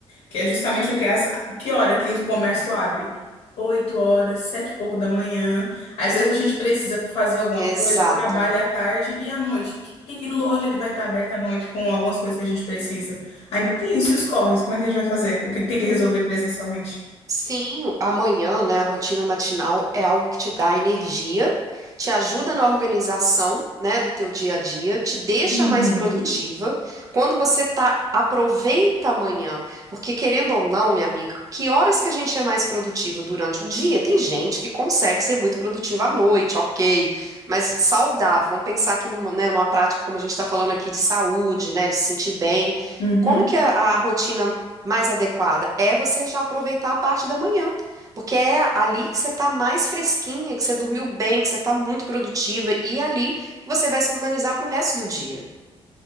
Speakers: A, on the left; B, on the right.
A: Que é justamente o que as, que hora que o comércio abre? Oito horas, sete e pouco da manhã. Às vezes a gente precisa fazer alguma
B: Exato.
A: coisa, trabalha à tarde e à noite. Que, que- que loja que vai estar aberta à noite com algumas coisas que a gente precisa? Ainda tem isso, e os corres? Como é que a gente vai fazer? O que tem que resolver presencialmente?
B: Sim, amanhã, né, a rotina matinal é algo que te dá energia, te ajuda na organização, né, do teu dia a dia, te deixa
A: Uhum.
B: mais produtiva. Quando você tá, aproveita amanhã, porque querendo ou não, minha amiga, que horas que a gente é mais produtiva durante o dia? Tem gente que consegue ser muito produtiva à noite, ok, mas saudável. Vamos pensar aqui numa, né, numa prática como a gente está falando aqui de saúde, né, de se sentir bem.
A: Uhum,
B: Como que a a rotina mais adequada é você já aproveitar a parte da manhã, porque é ali que você está mais fresquinha, que você dormiu bem, que você está muito produtiva e é ali que você vai se organizar para o resto do dia.